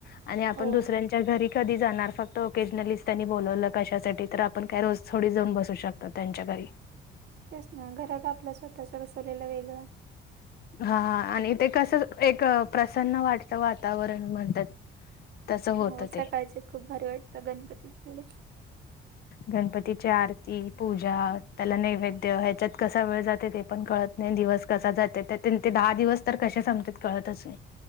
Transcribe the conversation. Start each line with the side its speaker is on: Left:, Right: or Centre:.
Left: आणि आपण
Right: हो
Left: दुसऱ्यांच्या घरी कधी जाणार फक्त ओकेजनली त्यांनी बोलावलं कशासाठी तर आपण काय रोज थोडी जाऊन बसू शकतो त्यांच्या घरी
Right: तेच ना घरात आपला स्वतःच्या बसवलेल वेगळ
Left: हा.. अ आणि ते कसं एक प्रसन्न वाटचं वातावरण म्हणतात. तसं होतं
Right: हो
Left: ते
Right: सकाळचे खूप भारी वाटतं गणपतीपमुळे
Left: गणपतीची आरती पूजा त्याला नैवेद्य ह्याच्यात कसा वेळ जाते ते पण कळत नाही दिवस कसा जाते तर ते दहा दिवस तर कशे समतेत कळतच नाही.